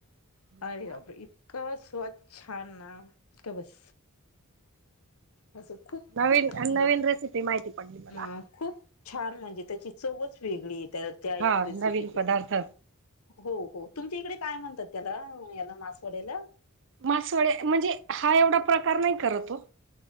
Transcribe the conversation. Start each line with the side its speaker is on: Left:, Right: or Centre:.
Right: हो
Left: अरे
Right: का
Left: बापर इत स्वच्छान ना का बस असं खूप
Right: नवीन
Left: खूप सुंदर
Right: नवीन रेसिपी माहिती पडली मला.
Left: अं खूप छान म्हणजे त्या चवच वेगळी त्या
Right: हा
Left: रेसिपी
Right: नवीन पदार्थ
Left: हो तुमच्या इकडे काय म्हणतात त्याला याला मासवाडी्याला
Right: मासवडे म्हणजे हा एवढा प्रकार नाही करतो